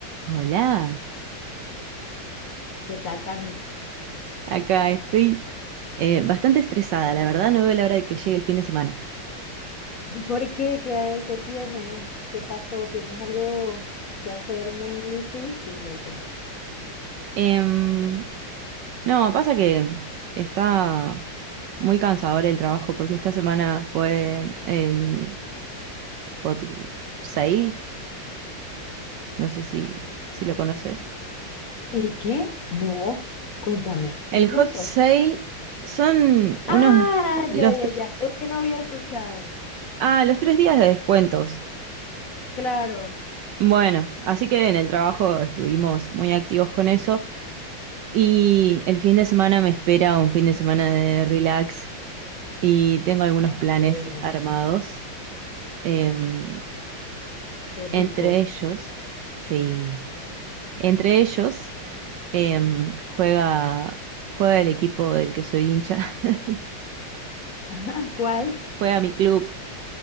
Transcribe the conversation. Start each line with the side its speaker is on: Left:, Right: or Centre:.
Right: Hola,
Left: ¿Qué tal, Cami?
Right: acá estoy eh, bastante estresada, la verdad no veo la hora de que llegue el fin de semana.
Left: <laughs> ¿Por qué? ¿Qué, qué tienes? ¿Qué pasó? ¿Tienes algo que hacer muy difícil o qué?
Right: Em, no, pasa que está muy cansador el trabajo porque esta semana fue el Hot Sale, no sé si, si lo conoces.
Left: ¿El qué? No, cuéntame,
Right: El
Left: ¿qué es
Right: Hot
Left: eso?
Right: Sale son unos,
Left: Ah,
Right: los
Left: ya, ya,
Right: tres,
Left: ya. Es que no había escuchado.
Right: ah, los tres días de descuentos.
Left: Claro.
Right: Bueno, así que en el trabajo estuvimos muy activos con eso. Y el fin de semana me espera un fin de semana de relax y tengo algunos
Left: Ay,
Right: planes
Left: qué bueno,
Right: armados. Em,
Left: qué rico.
Right: entre ellos, sí, entre ellos em, juega, juega el equipo del que soy hincha, <laughs>
Left: <laughs> Ah, ¿cuál?
Right: juega mi club,